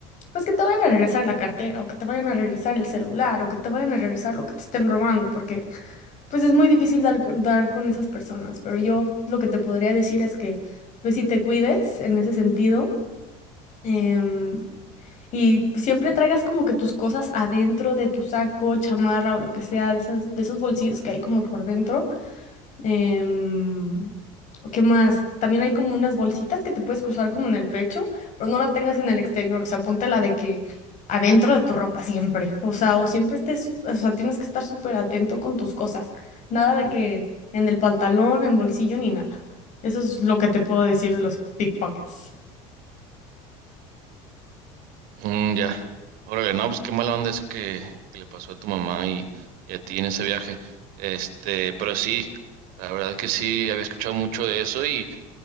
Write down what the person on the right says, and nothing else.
Mm, ya. Órale, no, pues qué mala onda eso que, que le pasó a tu mamá y, y a ti en ese viaje. Este, pero sí, la verdad que sí, había escuchado mucho de eso y